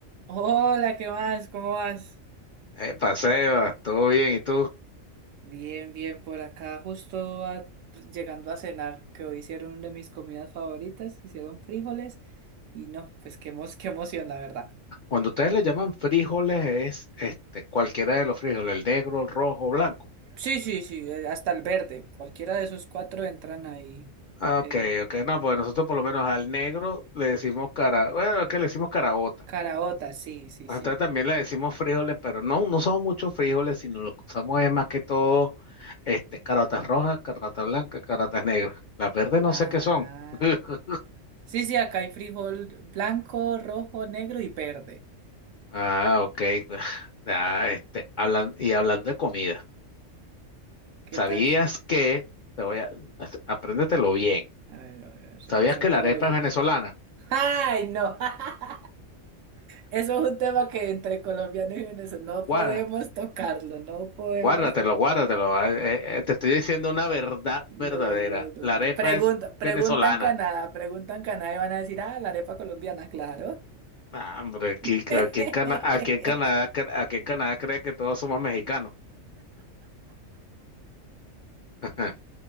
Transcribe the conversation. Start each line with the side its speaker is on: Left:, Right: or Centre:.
Right: Hola, ¿qué más? ¿Cómo vas?
Left: Epa, Sebas, todo bien. ¿Y tú?
Right: Bien, bien, por acá justo a- llegando a cenar, que hoy hicieron una de mis comidas favoritas, hicieron frijoles y no, pues qué, emo- qué emoción, la verdad.
Left: Cuando ustedes le llaman frijoles es este cualquiera de los frijoles, el negro, el rojo, blanco.
Right: Sí, sí, sí, eh, hasta el verde, cualquiera de esos cuatro entran ahí.
Left: Ah,
Right: El
Left: ok, ok. No, porque nosotros por lo menos al negro le decimos cara, bueno, es que le decimos caraota.
Right: caraota, sí, sí,
Left: Nosotros
Right: sí.
Left: también le decimos frijoles, pero no, no son muchos frijoles, sino lo que usamos es más que todo este caraotas rojas, caraotas blancas, caraotas negras. Las verdes no
Right: Ah,
Left: sé qué son. <laughs>
Right: sí, sí, acá hay frijol blanco, rojo, negro y verde.
Left: Ah, ok. <laughs> Ah, este, hablan, y hablando de comida.
Right: ¿Qué
Left: ¿Sabías
Right: tal?
Left: que, te voy a, apréndetelo bien,
Right: Ay, ay, ay, so-
Left: ¿sabías
Right: soy
Left: que la
Right: todo
Left: arepa
Right: oídos.
Left: es venezolana?
Right: ¡Ay, no! <laughs> Eso es un tema que entre colombianos y venezolanos no podemos
Left: Guarda-
Right: tocarlo, no podemos
Left: guárdatelo,
Right: to-
Left: guárdatelo. ah, eh, eh, te estoy diciendo una verdad
Right: No,
Left: verdadera.
Right: no,
Left: La
Right: no.
Left: arepa
Right: Pregunta,
Left: es
Right: pregunta
Left: venezolana.
Right: en Canadá, pregunta en Canadá y van a decir, ah, la arepa colombiana, claro.
Left: Ah, hombre, aquí,
Right: <laughs>
Left: aquí en Cana- aquí en Canadá, cre- aquí en Canadá cree que todos somos mexicanos. <laughs>